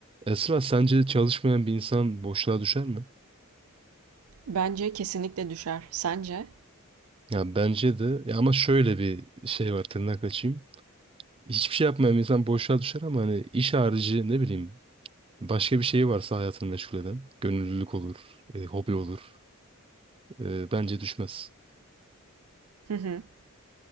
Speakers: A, on the right (about 25°); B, on the right (about 80°).
A: Esra sence çalışmayan bir insan boşluğa düşer mi?
B: Bence kesinlikle düşer. Sence?
A: Ya bence de ya ama şöyle bir şey var tırnak açayım. Hiçbir şey yapmayan bir insan boşluğa düşer ama hani iş harici ne bileyim başka bir şeyi varsa hayatını meşgul eden gönüllülük olur, e, hobi olur. E, bence düşmez.
B: Hı hı.